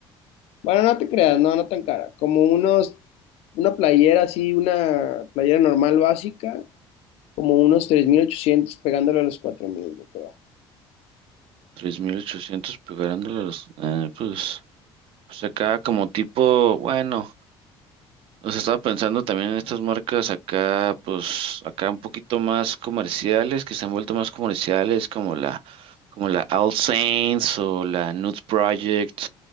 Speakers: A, on the left; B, on the right.
A: Bueno, no te creas, no, no tan cara. Como unos, una playera así, una playera normal básica, como unos 3.800 pegándole a los 4.000 yo creo.
B: 3.800 pegándole a los... Eh, pues, pues acá como tipo, bueno. O sea, estaba pensando también en estas marcas acá, pues acá un poquito más comerciales, que se han vuelto más comerciales, como la, como la All Saints o la Nude Project,